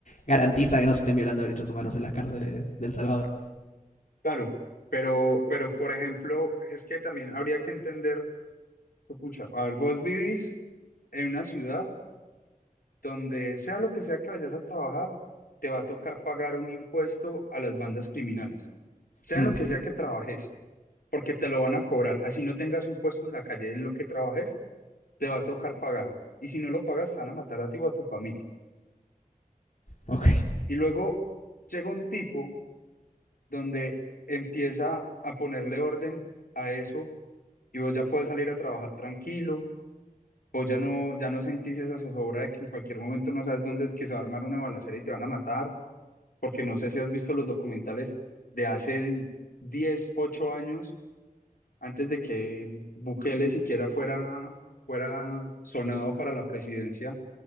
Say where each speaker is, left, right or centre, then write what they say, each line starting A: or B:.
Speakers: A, on the left (about 55°); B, on the left (about 75°).
A: garantiza que no se estén violando derechos humanos en las cárceles de, de El Salvador.
B: claro, pero, pero por ejemplo, es que también habría que entender, pucha, a ver, vos vivís en una ciudad donde sea lo que sea que vayas a trabajar, te va a tocar pagar un impuesto a las bandas criminales, sea
A: Mm,
B: en lo que sea que trabajes, porque te lo van a cobrar, así no tengas un puesto en la calle en lo que trabajes te va a tocar pagarlo. Y si no lo pagas, te van a matar a ti o a tu familia.
A: ok.
B: Y luego llega un tipo donde empieza a ponerle orden a eso y vos ya puedes salir a trabajar tranquilo, vos ya no, ya no sentís esa zozobra de que en cualquier momento no sabes dónde, que se va a armar una balacera y te van a matar, porque no sé si has visto los documentales de hace diez ocho años, antes de que Bukele siquiera fuera, fuera sonado para la presidencia,